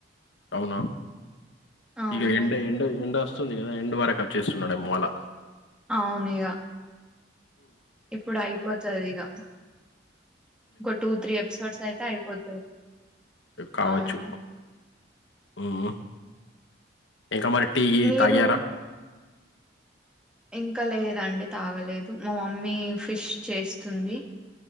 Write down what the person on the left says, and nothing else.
అవునా
ఇక ఎండ ఎండ ఎండ వస్తుంది ఏదా ఎండు వరకు చేస్తున్నాడే మూలా
కావచ్చు
ఉమ్ ఎంకా మరి టీ
తాగియారా